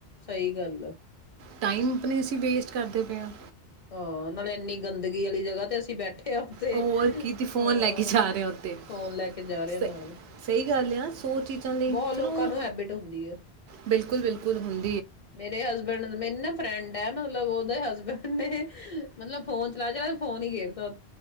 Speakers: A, on the left; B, on the right.
A: ਸਹੀ ਗੱਲ ਹੈ।
B: ਟਾਈਮ ਆਪਣੇ ਅਸੀਂ ਵੇਸਟ ਕਰਦੇ ਪਏ ਹਾਂ।
A: ਹਾਂ ਨਾਲੇ ਇੰਨੀ ਗੰਦਗੀ ਵਾਲੀ ਜਗ੍ਹਾ ਤੇ ਅਸੀਂ ਬੈਠੇ ਹਾਂ ਉੱਥੇ
B: ਹੋਰ ਕੀ ਤੁ ਫੋਨ
A: ਹਾਂ
B: ਲੈ ਕੇ ਜਾ ਰਹੇ ਆ ਉੱਥੇ
A: ਫੋਨ ਲੈ ਕੇ ਜਾ ਰਿਹਾ
B: ਸ
A: ਨਾਲ
B: ਸਹੀ ਗੱਲ ਆ ਸੋ ਚੀਜ਼ਾਂ ਲਈ
A: ਬਹੁਤ ਲੋਕਾਂ
B: ਚਲੋ
A: ਨੂੰ ਹੈਬਿਟ ਹੁੰਦੀ ਹੈ
B: ਬਿਲਕੁਲ ਬਿਲਕੁਲ ਹੁੰ
A: ਮੇਰੇ ਹਸਬੈਂਡ ਮੇਰੀੂੰ ਨਾ ਫਰੈਂਡ ਹੈ ਮਤਲਬ ਉਹ ਦੇ ਹਸਬੈਂਡ ਨੇ ਮਤਲਬ ਫੋਨ ਚਲਾ ਚ ਤੇ ਫੋਨ ਹੀ ਗੇਰਤਾ